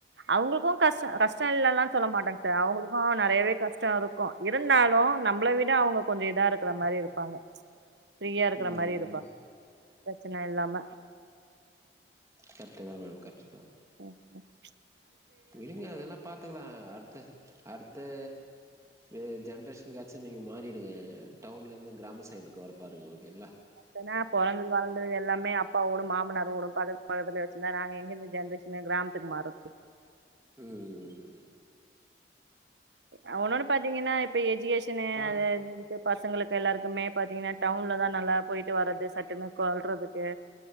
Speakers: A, on the right (about 80°); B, on the right (about 15°).
A: அவங்களுக்கு கஷ்டோ கஷ்டோ இல்லல்லா சொல்ல மாட்டாங்க சார் அவங்களு ஆ நெறையவே கஷ்டோ இருக்கோ இருந்தாலு நம்மள விட அவங்க கொஞ்சோ இதா இருக்கற மாரி இருப்பாங்க ஃப்ரீயா இருக்கிற
B: ம்
A: மாரி இருப்பா பிரச்சன இல்லாம
B: கரெட்டு தா மேம் கரெட்டு தா
A: உம் உம்
B: விடுங்க அதெல்லா பாத்துக்கலா அடுத்த அடுத் த எ ஜென்ரஷனுக்காச்சு நீங்கள் மாறிடுங்க டவுன்லேருந்து கிராம சைடுக்கு வர பாருங்க ஓகேங்களா
A: தனா போறந்தது வளந்தது எல்லாமே அப்பா ஓடும் மாமனார் ஓடும் பக்கத்து பக்கத்துல வச்சிருந்தா நாங்க எங்கெந்த ஜென்ரேஷன் கிராமத்துக்கு மாறது
B: உம்
A: அ ஒனொன்னு பாத்தீங்கன்னா இப்ப எஜிகேஷ் பிரச்சன
B: பாக்
A: அது <unintelligible> பசங்களுக்கு எல்லாருக்குமே பாத்தீங்கன்னா டவுன்ல தா நல்லா போயிட்டு வர்றது சட்டுன்னு கொல்றதுக்கு